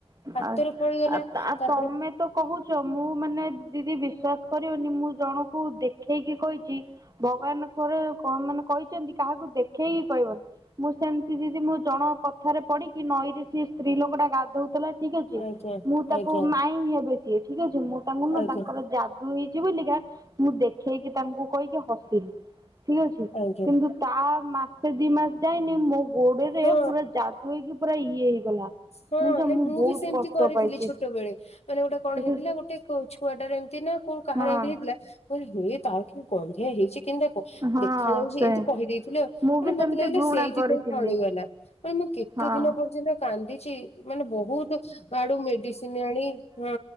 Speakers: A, on the right; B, on the left.
A: ଆ
B: ହାତରେ ଫଳିଗଲା
A: ଆ ତା
B: ତାପରେ
A: ତମେ ତ କହୁଛ ମୁଁ ମାନେ ଦିଦି ବିଶ୍ୱାସ କରିବନି ମୁଁ ଜଣଙ୍କୁ ଦେଖେଇକି କହିଛି। ଭଗବାନ କୋରେ ମାନେ କହିଛନ୍ତି କାହାକୁ ଦେଖେଇକି କହିବନି। ମୁଁ ସେମିତି ଦିଦି ମୁଁ ଜଣ କଥାରେ ପଢିକି ନଈରେ ସିଏ ସ୍ତ୍ରୀ ଲୋକ ଟା ଗାଧଉ ଠିକ ଅଛି
B: ଆଜ୍ଞା
A: ମୁଁ ତାକୁ
B: ଆଜ୍ଞା
A: ମାଇ ହିଁ ହେବେ ସିଏ ଠିକ ଅଛି ମୁଁ ତାଙ୍କୁ ନୁହ
B: ଆଜ୍ଞା
A: ତାଙ୍କର ଯା ଦୁ ହେଇଛି ବୋଲିକା ମୁଁ ଦେଖେଇକି ତାଙ୍କୁ କହିକି ହସିଲି। ଠିକ ଅଛି
B: ଆଜ୍ଞା।
A: କିନ୍ତୁ ତା ମାସେ ଦି ମାସ ଯାଇନି ମୋ ଗୋଡରେ
B: ହଁ
A: ପୁରା ଯା ଦୁ ହାଇକି ପୁରା ଇଏ ହେଇଗଲା।
B: ହଁ
A: ଜାଣିଛ
B: ନାଇଁ ମୁଁ
A: ବହୁତ
B: ବି ସେମିତି
A: କଷ୍ଟ
B: କରିଥିଲି
A: ପାଇଛି
B: ଛୋଟବେଳେ। ମାନେ ଗୋଟେ କଣ
A: ଠିକ୍
B: ହେଇଥିଲା
A: ଅଛି
B: ଗୋଟେ ଛୁଆଟାରେ ଏମିତି ନା କୋଉ କାହାର
A: ହଁ।
B: ଏମିତି ହେଇଥିଲା? ମୁଁ କହିଲି ହେ ତାର କି ଗନ୍ଧିଆ ହେଇଛି କେନ୍ତା କ
A: ହଁ
B: ଦୁଃଖ ଲାଗୁଚି,
A: ସେ
B: ଏମିତି କହି ଦେଇଥିଲି ଆଉ
A: ମୁଁ
B: ମାନେ
A: ବି ସେମିତି
B: ମତେ ଲାଗିଲା
A: ଘୃଣା
B: ସେଇଥିପାଇଁ
A: କରିଥିଲି
B: ପଳେଇଆଇଲା। ମାନେ, ମୁଁ କେତେ
A: ହଁ।
B: ଦିନ ପର୍ଯ୍ୟନ୍ତ କାନ୍ଦିଚି? ମାନେ ବହୁତ ଆଡୁ ମେଡିସିନ୍ ଆଣି, ହଁ।